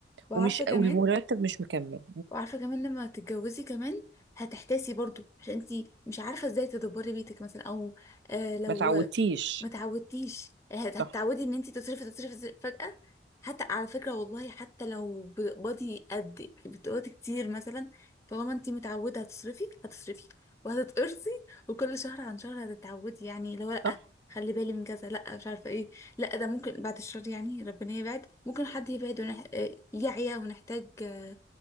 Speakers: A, on the left; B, on the right.
A: وعارفه
B: ومش
A: كمان
B: والمرتب مش مكمل
A: وعارفه كمان لما تتجوزي كمان هتحتاسي برضو عشان انتي مش عارفه ازاي تدبري بيتك مثلا او آه لو
B: ما تعودتيش
A: ما تعودتيش آه، هت- هتتعودي
B: صح
A: ان انتي تصرفي تصرفي تصرفي فجاه حتى على فكره والله حتى لو بتقبضي قد بتقبضي كتير مثلا طالما انتي متعوده هتصرفي هتصرفي وهتتقرصي وكل شهر عن شهر هتتعودي يعني لو لا
B: صح
A: خلي بالي من كذا لا مش عارفه ايه لا ده ممكن بعد الشهر يعني ربنا يبعد ممكن حد يبعد ونح... آه، يعيا ونحتاج آه،